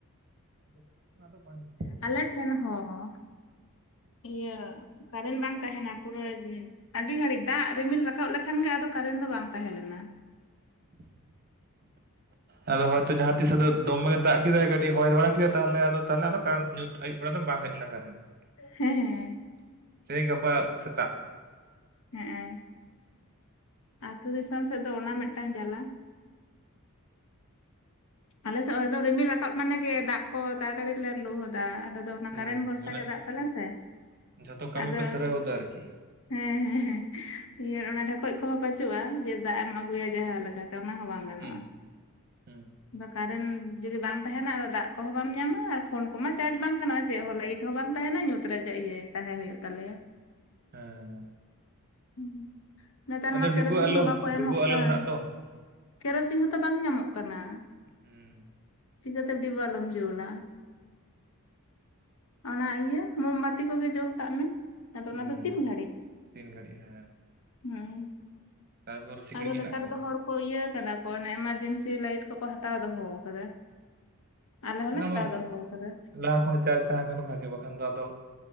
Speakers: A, on the right; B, on the left.
A: <unintelligible> ᱟᱫᱚ ᱵᱟᱝ
B: ᱟᱞᱮ ᱴᱷᱮᱱ ᱦᱚᱸ ᱾ ᱤᱭᱟᱹ ᱠᱟᱨᱮᱱᱴ ᱵᱟᱝ ᱛᱟᱦᱮᱱᱟ ᱯᱩᱨᱟᱹ ᱟᱹᱰᱤ ᱜᱷᱟᱹᱲᱤᱡ ᱫᱟᱜ ᱨᱤᱢᱤᱞ ᱨᱟᱠᱟᱵ ᱞᱮᱠᱷᱟᱱ ᱜᱮ ᱟᱫᱚ ᱠᱟᱨᱮᱱᱴ ᱫᱚ ᱵᱟᱝ ᱛᱟᱦᱮᱸ ᱞᱮᱱᱟ ᱾
A: <inaudible> ᱟᱫᱚ ᱦᱚᱭᱛᱳ ᱡᱟᱦᱟᱸ ᱛᱤᱥ ᱟᱫᱚ ᱫᱚᱢᱮ ᱫᱟᱜ ᱠᱮᱫᱟᱭ, ᱠᱟᱹᱴ ᱦᱚᱭ ᱵᱟᱲᱟ ᱠᱮᱫᱟ, ᱛᱟᱦᱚᱞᱮ ᱟᱫᱚ ᱧᱩᱛ ᱟᱹᱭᱩᱵ ᱵᱮᱲᱟ ᱫᱚ ᱵᱟᱝ ᱦᱮᱡ ᱞᱮᱱᱟ ᱠᱟᱨᱮᱱᱴ
B: ᱦᱮᱸ ᱦᱮᱸ
A: ᱾ ᱥᱮᱭ ᱜᱟᱯᱟ ᱥᱮᱛᱟᱜ ᱾
B: ᱦᱮᱸᱜ-ᱮ ᱾ ᱟᱹᱛᱩ ᱫᱤᱥᱚᱢ ᱥᱮᱫ ᱫᱚ ᱚᱱᱟ ᱢᱤᱫᱴᱟᱱ ᱡᱟᱞᱟ ᱾ <inaudible> ᱟᱞᱮᱥᱮᱜ ᱦᱚᱭ ᱫᱚ ᱨᱤᱢᱤᱞ ᱨᱟᱠᱟᱵ ᱢᱟᱱᱮ ᱜᱮ ᱫᱟᱜ ᱠᱚ ᱛᱟᱲᱟᱛᱟᱲᱤ ᱞᱮ ᱞᱩ ᱦᱚᱫᱟ ᱟᱞᱮ ᱫᱚ᱾ ᱚᱱᱟ
A: ᱦᱩᱸ
B: ᱠᱟᱨᱮᱱ ᱵᱷᱚᱨᱥᱟ
A: ᱢᱟᱱᱮ
B: ᱜᱮ ᱫᱟᱜ ᱛᱟᱞᱮᱭᱟ ᱥᱮ,
A: ᱡᱷᱚᱛᱚ ᱠᱟᱹᱢᱤ
B: ᱟᱫᱚ
A: ᱯᱮ ᱥᱟᱹᱨᱟᱹᱣ ᱫᱟ ᱟᱨᱠᱤ
B: ᱮᱸ ᱦᱮᱸ ᱦᱮᱸ ᱤᱭᱟᱹ ᱚᱱᱟ ᱰᱷᱮᱠᱚᱡ ᱠᱚᱦᱚᱸ ᱵᱟᱹᱪᱩᱼᱟ ᱡᱮ ᱫᱟᱜ ᱮᱢ ᱟᱹᱜᱩᱭᱟ ᱡᱟᱦᱟᱸ ᱞᱮᱠᱟᱛᱮ ᱚᱱᱟ ᱦᱚᱸ ᱵᱟᱝ ᱜᱟᱱᱚᱜᱼᱟ᱾
A: ᱦᱩᱸ ᱦᱩᱸ
B: ᱵᱟ ᱠᱟᱨᱮᱱ ᱡᱩᱫᱤ ᱵᱟᱝ ᱛᱟᱦᱮᱱᱟ ᱟᱫᱚ ᱫᱟᱜ ᱠᱚᱦᱚ ᱵᱟᱢ ᱧᱟᱢᱟ, ᱯᱷᱳᱱ ᱠᱚᱢᱟ ᱪᱟᱡ ᱵᱟᱝ ᱜᱟᱱᱚᱼᱟ ᱪᱮᱜ ᱦᱚ ᱞᱟᱭᱤᱴ ᱦᱚ ᱵᱟᱝ ᱛᱟᱦᱮᱱᱟ ᱧᱩᱛ ᱨᱮ ᱡᱮ ᱤᱭᱟᱹ ᱛᱟᱦᱮ ᱦᱩᱭᱩᱜ ᱛᱟᱞᱮᱭᱟ᱾
A: ᱮ᱾
B: ᱦᱩᱸ, ᱱᱮᱛᱟᱨ
A: ᱟᱫᱚ
B: ᱢᱟ ᱠᱮᱨᱚᱥᱤᱝ
A: ᱰᱤᱵᱟᱹ ᱟᱞᱚ
B: ᱦᱚ ᱵᱟᱠᱚ
A: ᱰᱤᱵᱟᱹ
B: ᱮᱢᱚᱜ
A: ᱟᱞᱚ
B: ᱠᱟᱱ᱾
A: ᱦᱮᱱᱟᱜ ᱫᱚ
B: ᱠᱮᱨᱚᱥᱤᱝ ᱦᱚᱛᱚ ᱵᱟᱝ ᱧᱟᱢᱚᱜ ᱠᱟᱱᱟ᱾
A: ᱩᱸ᱾
B: ᱪᱤᱠᱟᱹ ᱛᱮ ᱰᱤᱵᱟ. ᱟᱞᱳᱢ ᱡᱳᱞᱟ᱾ ᱚᱱᱟ ᱤᱭᱟᱹ ᱢᱳᱢᱵᱟᱛᱤ ᱠᱚᱜᱮ ᱡᱳᱞ ᱠᱟᱜ ᱢᱮ, ᱟᱫᱚ
A: ᱦᱩᱸ
B: ᱚᱱᱟ ᱫᱚ ᱛᱤᱱ ᱜᱷᱟᱹᱲᱤᱜ᱾
A: ᱛᱤᱱ ᱜᱷᱟᱹᱲᱤᱜ ᱦᱮᱸ᱾
B: ᱦᱮᱸ᱾
A: ᱛᱟᱨᱯᱚᱨ ᱥᱤᱠᱲᱤᱡ
B: ᱟᱫᱚ
A: ᱦᱮᱱᱟᱜ
B: ᱱᱮᱛᱟᱨ
A: ᱠᱚᱣᱟ
B: ᱫᱚ ᱦᱚᱲ ᱠᱚ ᱤᱭᱟᱹ ᱠᱟᱫᱟ ᱠᱚ ᱚᱱᱮ ᱮᱢᱟᱨᱡᱮᱱᱥᱤ ᱞᱟᱭᱤᱴ ᱠᱚᱠᱚ ᱦᱟᱛᱟᱣ ᱫᱚᱦᱚᱣ ᱠᱟᱫᱟ᱾
A: <inaudible>
B: ᱟᱞᱮ ᱦᱚᱸᱞᱮ
A: ᱚᱱᱟ
B: ᱦᱟᱛᱟᱣ
A: ᱢᱟ
B: ᱫᱚᱦᱚ ᱠᱟᱫᱟ
A: ᱞᱟᱦᱟ ᱠᱷᱚᱱ ᱪᱟᱡᱽ ᱛᱟᱦᱮᱸ ᱠᱷᱟᱱ ᱵᱷᱟᱜᱮ ᱵᱟᱠᱷᱟᱱ ᱫᱚ ᱟᱫᱚ